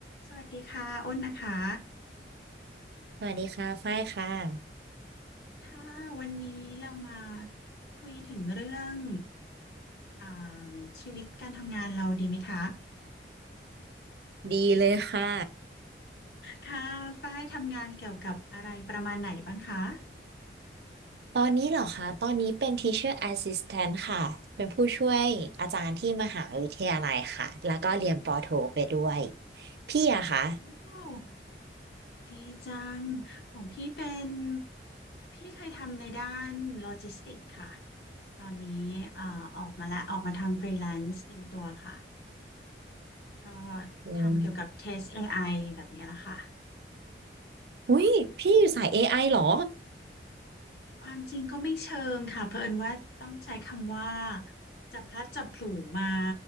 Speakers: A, on the left; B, on the right.
A: สวัสดีค่ะอ้นนะคะ
B: สวัสดีค่ะฝ้ายค่ะ
A: ถ้าวันนี้เรามาคุยถึงเรื่องอ่าชีวิตการทำงานเราดีไหมคะ
B: ดีเลยค่ะ
A: ค่ะฝ้ายทำงานเกี่ยวกับอะไรประมาณไหนบ้างคะ
B: ตอนนี้เหรอคะตอนนี้เป็น Teacher Assistant ค่ะเป็นผู้ช่วยอาจารย์ที่มหาวิทยาลัยค่ะแล้วก็เรียนปอโทไปด้วยพี่อะคะ
A: โอ้ดีจังของพี่เป็นพี่เคยทำในด้านโลจิสติกค่ะ ตอนนี้เอ่อออกมาแล้วออกมาทำฟรีแลนซ์เต็มตัวค่ะ ก็
B: อืม
A: ทำเกี่ยวกับเทส AI แบบนี้แหละค่ะ
B: อุ้ยพี่อยู่สาย AI เหรอ
A: ความจริงก็ไม่เชิงค่ะเผอิญว่าต้องใช้คำว่าจับพลัดจับผลูมา